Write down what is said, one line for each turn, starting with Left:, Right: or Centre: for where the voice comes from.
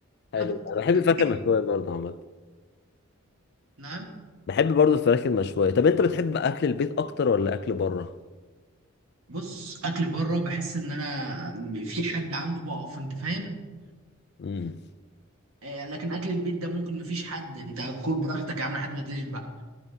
Right: <laughs>
Left: حلو انا بحب الفراخ المشويه برضه عامه
Right: نعم
Left: بحب برضه الفراخ المشويه طب انت بتحب اكل البيت اكتر ولا اكل بره
Right: بص اكل بره بحس ان انا في حد عنده بقف انت فاهم
Left: امم
Right: آه، لكن اكل البيت ده ممكن مفيش حد انت هتاكل براحتك يا عم لحد ما تشبع